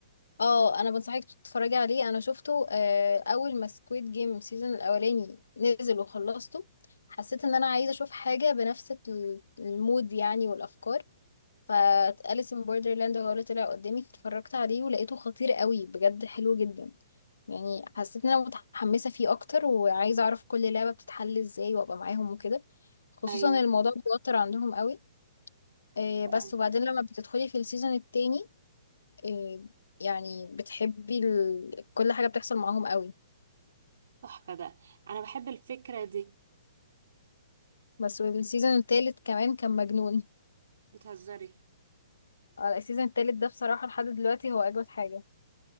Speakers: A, on the left; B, on the right.
A: اه انا بنصحك تتفرجي عليه انا شفته آه، اول ما سكويد جيم سيزون الاولاني نزل وخلصته حسيت ان انا عايزه اشوف حاجه بنفس ال- المود يعني والافكار فأليس ان بوردرلاند هو اللي طلع قدامي فاتفرجت عليه ولقيته خطير قوي بجد حلو جدا يعني حسيت ان انا متحمسه فيه اكتر وعايزه اعرف كل لعبه بتتحل ازاي وابقى معاهم وكده خصوصا
B: ايوه
A: الموضوع بيوتر عندهم قوي آه،
B: أوي.
A: بس وبعدين لما بتدخلي في السيزون التاني إيه يعني بتحبي ال... كل حاجة بتحصل معاهم قوي
B: تحفه ده انا بحب الفكره دي
A: بس السيزون التالت كمان كان مجنون
B: بتهزري
A: آه، السيزون التالت ده بصراحة لحد دلوقتي هو أجمد حاجة